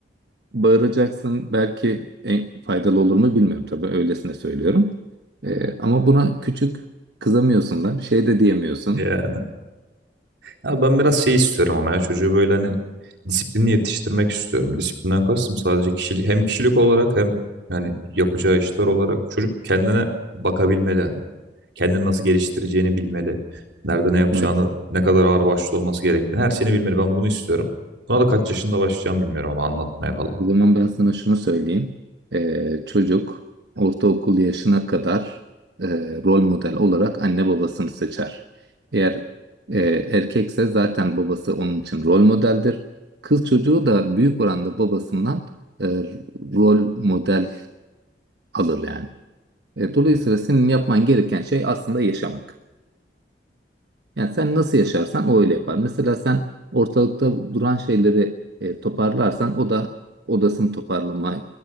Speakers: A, on the right; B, on the right.
A: bağıracaksın. Belki en faydalı olur mu bilmiyorum tabii öylesine söylüyorum. E, ama buna küçük kızamıyorsun da bir şey de diyemiyorsun.
B: Yani. Ya ben biraz şey istiyorum ama ya çocuğu böyle hani disiplinli yetiştirmek istiyorum. Disiplinden kastım sadece kişilik, hem kişilik olarak hem yani yapacağı işler olarak çocuk kendine bakabilmeli yani. Kendini nasıl geliştireceğini bilmeli. Nerede ne yapacağını,
A: Evet.
B: ne kadar ağır başlı olması gerektiğini her şeyini bilmeli. Ben bunu istiyorum. Buna da kaç yaşında başlayacağım bilmiyorum ama anlatmaya falan.
A: O zaman ben sana şunu söyleyeyim. Ee, çocuk ortaokul yaşına kadar e, rol model olarak anne babasını seçer. Eğer e, erkekse zaten babası onun için rol modeldir. Kız çocuğu da büyük oranda babasından e, rol model alır yani. E, dolayısıyla senin yapman gereken şey aslında yaşamak. Yani sen nasıl yaşarsan o öyle yapar. Mesela sen ortalıkta duran şeyleri e, toparlarsan o da odasını toparlama